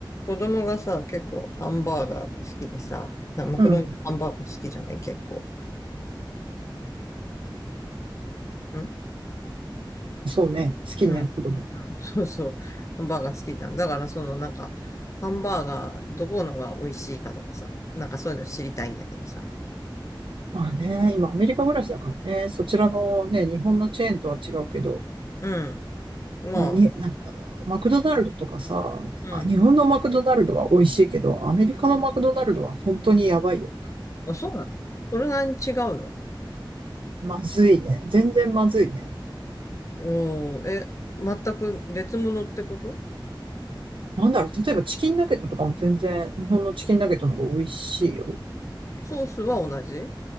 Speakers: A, on the left (about 35°); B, on the right (about 75°).
A: 子供がさ、結構ハンバーガーが好きでさ、なまあ、
B: うん。
A: 子供ってハンバーガー好きじゃない結構。ん
B: そうね。好きね、
A: うん。
B: 子供。
A: うん。そうそう。ハンバーガー好きじゃん。だからそのなんか、ハンバーガーどこのが美味しいかとかさ、なんかそういうの知りたいんだけどさ。
B: まあね、今アメリカ暮らしだからね、そちらのね、日本のチェーンとは違うけど、
A: うん。まあ、
B: ね、に、なんか、マクドナルドとかさ、
A: うん。
B: あ、日本のマクドナルドは美味しいけど、アメリカのマクドナルドは本当にやばいよ。
A: あ、そうなのそれなりに違うの
B: まずいね。全然まずいね。
A: おー、え、全く別物ってこと
B: なんだろう、例えばチキンナゲットとかも全然日本のチキンナゲットの方が美味しいよ。
A: ソースは同じ